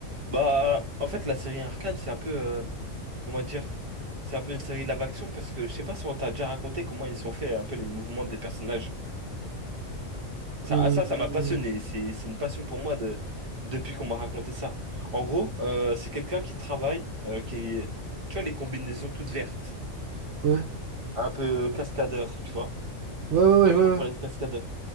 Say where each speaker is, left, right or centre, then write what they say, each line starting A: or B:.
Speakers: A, on the right; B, on the right.
A: Bah, en fait, la série Arcane, c'est un peu. euh, comment dire? C'est un peu une série live action parce que je sais pas si on t'a déjà raconté comment ils sont faits un peu les mouvements des personnages. Ça,
B: Euh,
A: ah, ça, ça m'a passionné. C'est, c'est une passion pour moi de, depuis qu'on m'a raconté ça. En gros, euh, c'est quelqu'un qui travaille, euh, qui est, tu vois, les combinaisons toutes vertes,
B: ouais.
A: un peu cascadeur, tu vois.
B: Ouais, ouais,
A: Tu vois,
B: ouais, ouais,
A: comme pour les cascadeurs.